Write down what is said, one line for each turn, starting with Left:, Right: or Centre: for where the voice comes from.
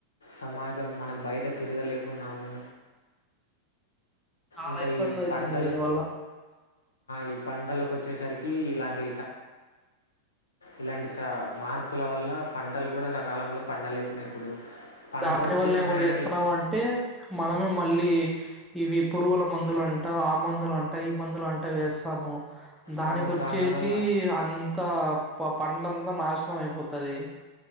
Left: సమాజం మనం బయట తిరగలేకున్నాము.
Centre: చాలా
Left: ఇంకా
Centre: ఇబ్బంది
Left: ఈ
Centre: అవుతుంది
Left: పంటలు
Centre: దీనివల్ల
Left: ఈ పంటలకు వచ్చేసరికి ఇలాంటి ఇలాంటి స మార్పుల వల్ల పంటలు కూడా సకాలంలో పండ లేకున్నాయి. ఇప్పుడు పంట
Centre: దాని
Left: వచ్చే
Centre: వల్ల
Left: సమయానికి
Centre: ఏమం చేస్తున్నావు అంటే మనమే మళ్ళీ ఇవి పురుగుల మందులుంట ఆ మందులు అంట ఈ మందులు అంటా వేస్తాము. దానికోచ్చేసి
Left: అవును దాన్ల వల్ల
Centre: అంత పంటంతా నాశనం అయిపోతది